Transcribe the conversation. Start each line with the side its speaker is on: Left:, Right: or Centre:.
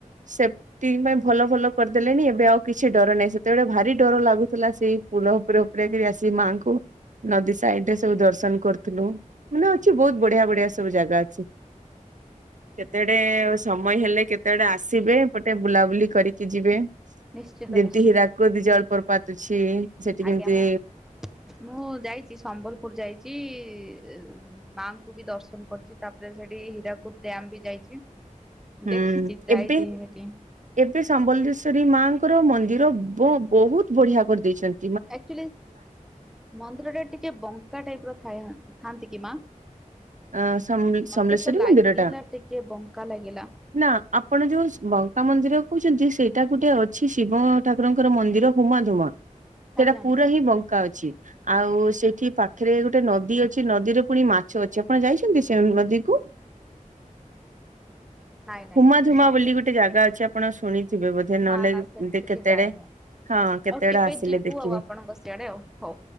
Right: ସେ ଟି ପାଇଁ ଭଲ ଭଲ କରିଦେଲେଣିି ଏବେ ଆଉ କିଛି ଡର ନାହିଁ ସେତେବେଳେ ଭାରି ଡର ଲାଗୁଥିଲା ସେଇ ପୁଲ ଉପରେ ଉପରେ କିରି ଆସିକି ମାଆଙ୍କୁ ନଦୀ ସାଇଡ୍ ରେ ସବୁ ଦର୍ଶନ କରୁଥିଲୁ ମାନେ ଅଛି ବହୁତ ବଢିଆ ବଢିଆ ସବୁ ଜାଗା ଅଛି। କେତେଡେ ସମୟ ହେଲେ କେତେଡେ ଆସିବେ ଏପଟେ ବୁଲାବୁଲି କରିକି ଯିବେ।
Centre: ନିଶ୍ଚିତ
Right: ଯେମିତି
Centre: ନିଶ୍ଚିତ
Right: ହୀରାକୁଦ ଜଳପ୍ରପାତ ଅଛି। ସେଠି କେମିତି
Centre: ଆଜ୍ଞା ମୁଁ ମୁଁ ଯାଇଚି ସମ୍ବଲପୁର ଯାଇଚି ଇ ମାଙ୍କୁ ବି ଦର୍ଶନ କରିଚି ତାପରେ ସେଠି ହୀରାକୁଦ ଡ୍ୟାମ୍ ବି ଯାଇଚି।
Right: ହୁଁ
Centre: ଦେଖିଚି ଯାଇଚି
Right: ଏବେ
Centre: ହେଠି।
Right: ଏବେ ସମ୍ବଲେଶ୍ଵରୀ ମାଙ୍କର ମନ୍ଦିର ବୋ ବହୁତ ବଢିଆ କରିଦେଇଚନ୍ତି।
Centre: ଆକଚୁଲି ମନ୍ଦିରଟା ଟିକେ ବଙ୍କା ଟାଇପ୍ ର ଥାଏ ଥାଆନ୍ତି କି ମା?
Right: ଅ ସମଲେ ସମଲେଶ୍ଵରୀ
Centre: ମତେ ତ ଲାଗିଲା
Right: ମନ୍ଦିର ଟା?
Centre: ଟିକେ ବଙ୍କା ଲାଗିଲା।
Right: ନା ଆପଣ ଯୋଉ ବଙ୍କା ମନ୍ଦିର କହୁଚନ୍ତି ସେଇଟା ଗୋଟେ ଅଛି ଶିବ ଠାକୁରଙ୍କର ମନ୍ଦିର। ଉମା ଧୁମା
Centre: ଆଜ୍ଞା।
Right: ସେଟା ପୁରା ହିଁ ବ ଙ୍କା ଅଛି ଆଉ ସେଠି ପାଖରେ ଗୋଟେ ନଦୀ ଅଛି ନଦୀରେ ପୁଣି ମାଛ ଅଛି। ଆପଣ ଯାଇଚନ୍ତି ସେ ନଦୀକୁ?
Centre: ନାଇଁ ନାଇଁ
Right: ଉମା ଧୁମା
Centre: ସେ ନଦୀ
Right: ବୋଲି ଗୋଟେ ଜାଗା ଅଛି ଆପଣ ଶୁଣିଥିବେ ବୋଧେ
Centre: ନା
Right: ନହେଲେ
Centre: ନା ସେଠିକି
Right: ଦେଖେ କେତେଡେ
Centre: ଯାଇନୁ
Right: ହଁ କେତେ
Centre: ଆଉ କେବେ
Right: ବେଡେ ଆସିଲେ
Centre: ଯିବୁ
Right: ଦେଖିବେ।
Centre: ଆଉ ଆପଣଙ୍କ ସିଆଡେ ଆଉ ହଉ।